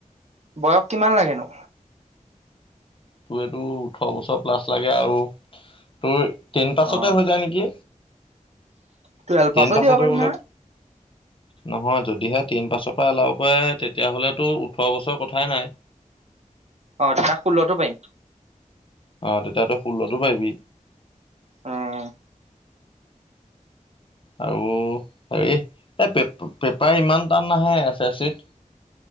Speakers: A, on the right; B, on the left.
A: বয়স কিমান লাগেনো?
B: তোৰটো ওঠৰ বছৰ প্লাছ লাগে আৰু তোৰ টেন পাছতে
A: অ',
B: হৈ যায় নেকি!
A: টুৱেলভ পাছো
B: টেন পাছতে
A: দিব পাৰিম
B: হ'লে
A: নহয়।
B: নহয়, যদিহে টেন পাছৰ পৰা এলাও কৰে, তেতিয়াহলেতো ওঠৰ বছৰ কথাই নাই।
A: অ তেতিয়া ষোল্লতো পাৰিম।
B: অ, তেতিয়াটো ষোল্লটো পাৰিবি।
A: উম
B: আৰু হেৰি এই পে পেপাৰ ইমান টান নাহে এছ এছ চিত।